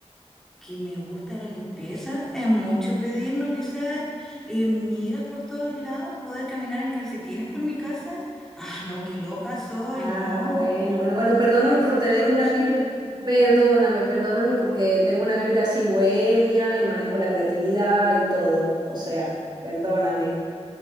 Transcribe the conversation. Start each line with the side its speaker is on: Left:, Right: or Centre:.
Centre: Que me gusta la limpieza, es mucho pedir no pisar eh, migas por todos lados, poder caminar en calcetines por mi casa. Ah, no, qué loca soy,
Right: Ah,
Centre: no.
Right: bueno, bueno, bueno, perdóname
Centre: ¿Qué concepto
Right: por tener
Centre: revolucionario?
Right: una vibra, perdóname, perdóname porque tengo una vibra así bohemia y manejo la creatividad y todo, o sea, perdóname.